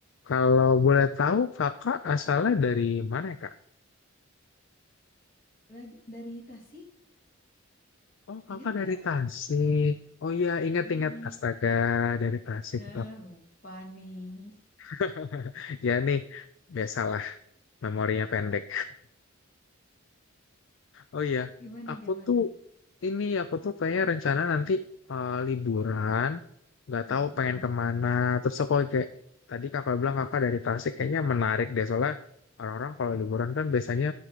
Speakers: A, on the left; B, on the left.
A: kalau boleh tahu Kakak asalnya dari mana ya Kak?
B: Lagi dari Tasik,
A: Oh, Kakak
B: ingat nggak?
A: dari Tasik. Oh iya, ingat-ingat.
B: Mm-mm.
A: Astaga, dari Tasik.
B: Eh,
A: Kak.
B: lupa nih.
A: <laughs> Ya nih, biasalah memorinya pendek. Oh iya,
B: Gimana
A: aku
B: gimana?
A: tuh Ini aku tuh kayaknya rencana nanti eh, liburan, nggak
B: Mm-mm.
A: tahu pengen kemana. Terus aku kayak tadi kakak bilang kakak dari Tasik kayaknya menarik deh soalnya orang-orang kalau liburan kan biasanya